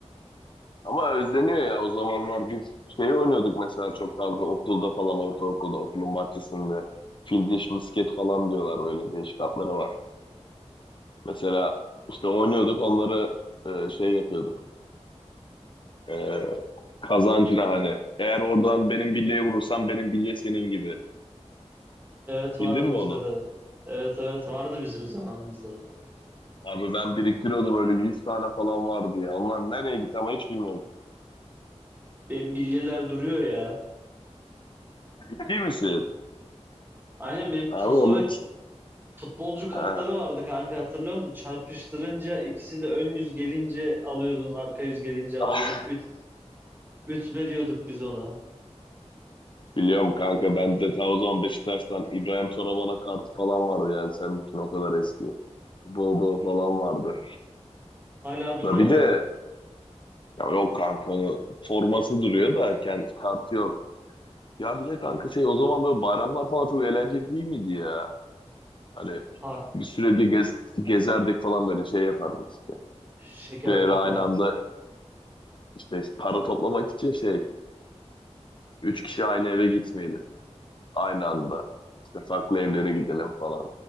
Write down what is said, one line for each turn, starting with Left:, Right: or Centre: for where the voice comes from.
Left: Ama özleniyor ya o zamanlar biz şey oynuyorduk mesela çok fazla okulda falan ortaokulda okulun bahçesinde. Fil diş misket falan diyorlar böyle değişik adları var. Mesela işte oynuyorduk onları e, şey yapıyorduk. E, kazancına hani. Eğer oradan benim bilyeye vurursan benim bilye senin gibi.
Right: Evet
Left: Bildin
Right: vardı
Left: mi
Right: bizde
Left: onu?
Right: de. Evet evet vardı bizim zamanımızda da.
Left: Abi ben biriktiriyordum öyle 100 tane falan vardı ya. Onlar nereye gitti ama hiç bilmiyorum.
Right: Benim bilyeler duruyor ya.
Left: Ciddi misin?
Right: Aynen benim
Left: Abi
Right: taso
Left: onları...
Right: ve futbolcu kartları
Left: Ha.
Right: vardı kanka hatırlıyor musun? Çarpıştırınca ikisi de ön yüz gelince alıyordun, arka yüz gelince alıyordun.
Left: <laughs>
Right: Üt, ütme diyorduk biz ona.
Left: Biliyorum kanka bende ta o zaman Beşiktaş'tan İbrahim Toravan'a kartı falan vardı yani senin için o kadar eski. Bol bol falan vardı.
Right: Hala duruyor
Left: Da bir
Right: mu?
Left: de ya yok kanka onu forması duruyor da kendi kartı yok. Ya bir de kanka şey o zaman böyle bayramlar falan çok eğlenceli değil miydi ya? Hani
Right: Ha,
Left: biz sürekli gez, gezerdik falan böyle şey yapardık işte.
Right: şeker
Left: Şu eve
Right: toplar.
Left: aynı anda İşte para toplamak için şey, üç kişi aynı eve gitmeyelim. Aynı anda. İşte farklı evlere gidelim falan.